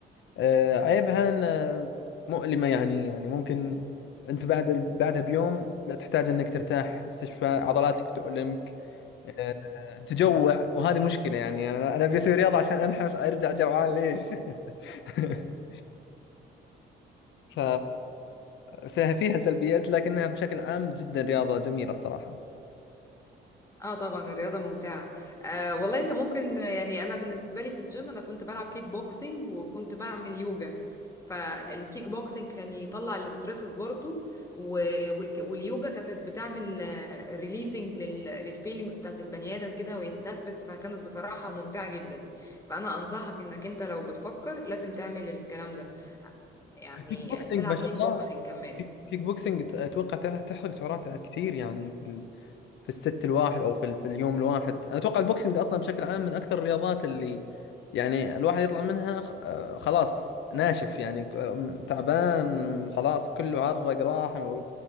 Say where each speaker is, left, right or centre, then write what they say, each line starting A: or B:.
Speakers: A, on the left (about 70°); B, on the left (about 15°).
A: آه، عيبها أن مؤلمة يعني يعني ممكن أنت بعد ال- بعدها بيوم لا تحتاج أنك ترتاح استشفاء عضلاتك تؤلمك آه، تجوع وهذه مشكلة يعني أنا أنا أبي أسوي رياضة عشان أنحف أرجع جوعان ليش <laughs> ف فيها فيها سلبيات لكنها بشكل عام جدا رياضة جميلة الصراحة
B: اه طبعا الرياضة ممتعة آه والله انت ممكن يعني انا بالنسبة لي في الجيم انا كنت بلعب كيك بوكسينج وكنت بعمل يوجا فالكيك بوكسينج كان يطلع الاسترسز برضو و- والك- واليوجا كانت بتعمل ريليزنج للفيلينجز بتاعت البني ادم كده ويتنفس فكانت بصراحة ممتعة جدا فانا انصحك انك انت لو بتفكر لازم تعمل الكلام ده يعني
A: كيك بوكسينج
B: تلعب
A: ما شاء
B: كيك
A: الله
B: بوكسينج كمان
A: كيك كيك بوكسينج ت- اتوقع تح- تحرق سعراتها كثير يعني في ال... في الست الواحد او في ال... في اليوم الواحد انا اتوقع البوكسينج اصلا بشكل عام من اكثر الرياضات اللي يعني الواحد يطلع منها خ... آه، خلاص ناشف يعني آه، تعبان خلاص كله عرق راح و-